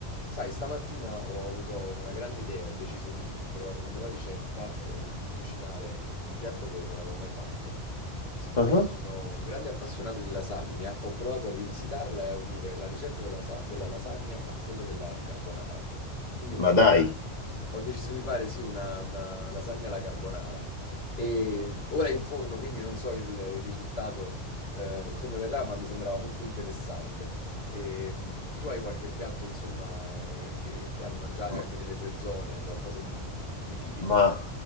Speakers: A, on the left; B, on the left.
A: Sai, stamattina ho avuto una grande idea, ho deciso di provare una nuova ricetta e di cucinare un piatto che non avevo mai fatto. Siccome
B: Ah,
A: io sono un grande appassionato di lasagna, ho provato a rivisitarla e a unire la ricetta della, sa- della lasagna a quello della carbonara. Quindi ho fatto,
B: Ma dai,
A: ho deciso di fare sì una, una lasagna alla carbonara. E ora è in forno, quindi non so il, il risultato eh, come verrà, ma mi sembrava molto interessante. E, mm, tu hai qualche piatto, insomma, eh, che, che ami mangiare
B: ma,
A: anche delle tue zone, qualcosa di, di tipico?
B: ma